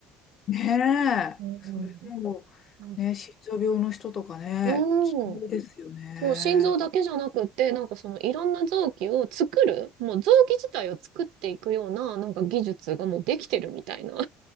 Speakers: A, on the left; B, on the right.
A: ねえ。
B: うん。
A: それも、
B: なん
A: ね、心臓病の人とかね、
B: うん。
A: 希望ですよね。
B: そう、心臓だけじゃなくて、なんかそのいろんな臓器を作る、もう臓器自体を作っていくような、なんか技術がもうできてるみたいな。